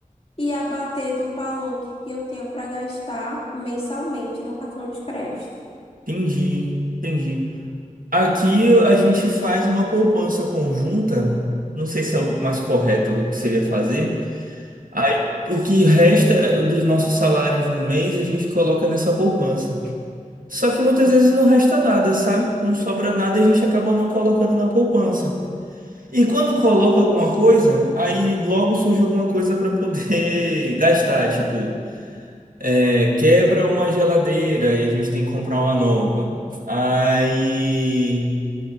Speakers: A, on the left; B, on the right.
A: e abater do valor que eu tenho para gastar mensalmente no cartão de crédito.
B: Entendi, entendi. Aqui a gente faz uma poupança conjunta. Não sei se é o mais correto que seria fazer. Aí o que resta dos nossos salários no mês a gente coloca nessa poupança. Só que muitas vezes não resta nada, sabe? Não sobra nada e a gente acaba não colocando na poupança. E quando coloca alguma coisa, aí logo surge alguma coisa para poder <laughs> gastar, tipo É, quebra uma geladeira e a gente tem que comprar uma nova. Aí